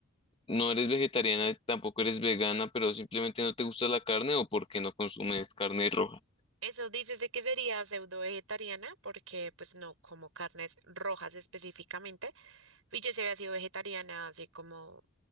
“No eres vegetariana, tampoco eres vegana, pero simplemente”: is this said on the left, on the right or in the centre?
Left